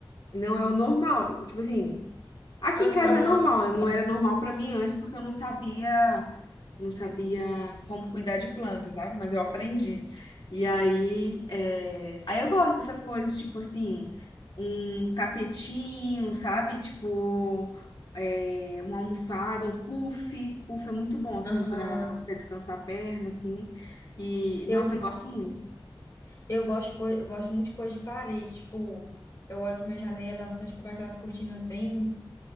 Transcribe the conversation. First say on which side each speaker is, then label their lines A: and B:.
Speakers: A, on the left; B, on the left.
A: não é o normal. Tipo assim, aqui
B: Aham.
A: em casa é normal, né? Não era normal pra mim antes porque eu não sabia não sabia como cuidar de planta, sabe? Mas eu aprendi. E aí, é, aí eu gosto dessas coisas, tipo assim, um tapetinho, sabe? Tipo, é, uma almofada, um puff. Puff é muito bom, assim,
B: Aham.
A: para descansar a perna, assim. E,
B: Eu,
A: nossa, eu gosto muito.
B: eu gosto, de coi- eu gosto muito de coisa de parede. Tipo, eu olho pra minha janela, dá vontade de comprar aquelas cortinas bem.